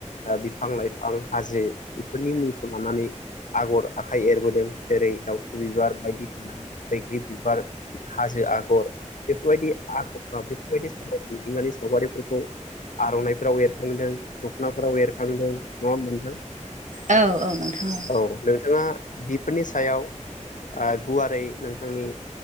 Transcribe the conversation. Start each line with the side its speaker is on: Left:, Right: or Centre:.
Left: ओ बिफां लाइफां हाजो बेफोरनि मुंखौ लानानै आगर आखाइ एरबोदों जेरै दाउथु बिबार बायदिसिना। बैग्रि बिबार हाजो आगर। बेफोरबायदि आख बेफोरबायदि समाय बिथिंगानि सावगारिफोरखौ आर'नाइफोराव एरखांदों दख'नाफोराव एरखांदों नङा नोंथां।
Right: औ औ नोंथा औ।
Left: औ नोंथाङा बिफोरनि सायाव गुवारै नोंथांनि